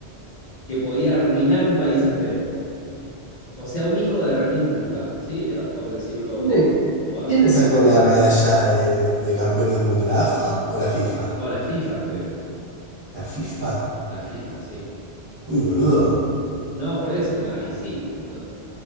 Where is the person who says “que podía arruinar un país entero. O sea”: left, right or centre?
Left